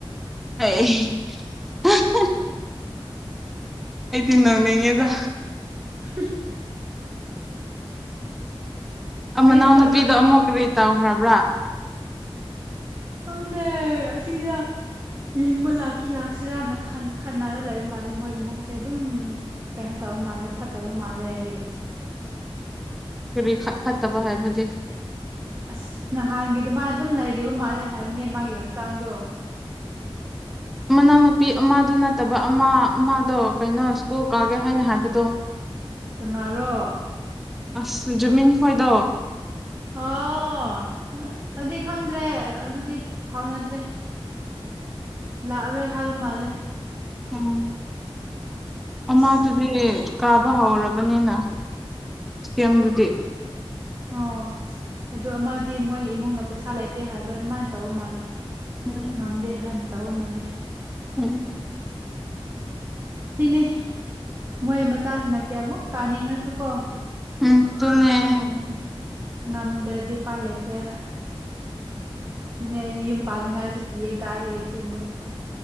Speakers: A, in the centre; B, on the right.
A: <unintelligible> ꯑꯩꯗꯤ ꯅꯣꯛꯅꯤꯉꯦꯗ
B: <inaudible>
A: ꯃꯅꯥꯎ
B: ꯑꯩꯁꯨ
A: ꯅꯨꯄꯤꯗꯣ
B: ꯆꯠꯂꯣꯏꯅꯗꯤ
A: ꯑꯃꯨꯛ ꯀꯔꯤ ꯇꯧꯈ꯭ꯔꯕ꯭ꯔꯥ
B: ꯐꯪꯗꯦ ꯑꯁꯤꯗ ꯌꯦꯡꯕ ꯂꯥꯛꯇꯤ ꯂꯥꯛꯁꯤꯔꯥꯅ ꯈꯟꯅꯔ ꯂꯩꯕ ꯃꯥꯜꯂꯦ ꯃꯣꯏ ꯏꯃꯨꯡꯁꯦ ꯑꯗꯨꯝ ꯀꯩꯅꯣ ꯇꯧꯕ ꯃꯥꯜꯂꯦ ꯐꯠꯇꯕ ꯃꯥꯜꯂꯦ ꯔꯦꯁ
A: ꯀꯔꯤ ꯈꯠ ꯐꯠꯇꯕ ꯍꯥꯏꯕꯗꯤ
B: ꯑꯁ ꯅꯍꯥꯟꯒꯤ ꯑꯗꯨꯃꯥꯏꯅ ꯑꯗꯨꯝ ꯂꯩꯔꯤꯕ ꯃꯥꯜꯂꯦ ꯍꯥꯏꯕꯅꯦ ꯃꯥꯒꯤ ꯍꯛꯆꯥꯡꯗꯣ
A: <inaudible> ꯃꯅꯥꯎꯅꯨꯄꯤ ꯑꯃꯗꯨ ꯅꯠꯇꯕ ꯑꯃ ꯑꯃꯗꯣ ꯀꯩꯅꯣ ꯁ꯭ꯀꯨꯜ ꯀꯥꯒꯦ ꯍꯥꯏꯅ ꯍꯥꯏꯕꯗꯣ
B: ꯀꯅꯥꯔꯣ
A: ꯑꯁ ꯖꯨꯃꯤꯟꯈꯣꯏꯗꯣ
B: ꯑꯣ ꯑꯗꯨ ꯈꯪꯗ꯭ꯔꯦ ꯑꯗꯨꯗꯤ ꯐꯥꯎꯅꯗ꯭ꯔꯦ ꯂꯥꯛꯑꯔꯣꯏ ꯍꯥꯏꯕ ꯃꯥꯜꯂꯦ
A: ꯎꯝ ꯑꯃ
B: ꯑꯁ
A: ꯑꯗꯨꯗꯤ ꯀꯥꯕ ꯍꯧꯔꯕꯅꯤꯅ ꯁꯦꯝꯗꯨꯗꯤ
B: ꯑꯣ ꯑꯗꯣ ꯑꯃꯗꯤ ꯃꯣꯏꯒꯤ ꯏꯃꯨꯡꯅ ꯄꯩꯁꯥ ꯂꯩꯇꯦ ꯍꯥꯏꯕ꯭ꯔꯥ ꯑꯗꯨꯃꯥꯏꯅ ꯇꯧꯕ ꯃꯥꯜꯂꯦ
A: ꯎꯝ
B: ꯉꯝꯗꯦ ꯍꯥꯏꯅ ꯇꯧꯕ ꯃꯥꯜꯂꯦ
A: ꯎꯝ
B: ꯇꯤꯅꯦ ꯃꯣꯏ ꯃꯆꯥꯁꯤꯅ ꯀꯩꯌꯥꯃꯨꯛ ꯀꯥꯅꯤꯡꯉꯁꯨ ꯀꯣ
A: ꯎꯝ ꯑꯗꯨꯅꯦ
B: ꯉꯝ ꯉꯝꯗ꯭ꯔꯗꯤ ꯎꯄꯥꯏ ꯂꯩꯇ꯭ꯔꯦꯕ ꯑꯗꯨꯅꯦ ꯑꯩꯗꯤ ꯌꯨꯝ ꯄꯥꯅꯤꯡꯉꯥꯏꯁꯨ ꯀꯤꯑꯦ ꯗꯥꯌꯦ ꯁꯤꯒꯨꯝꯕ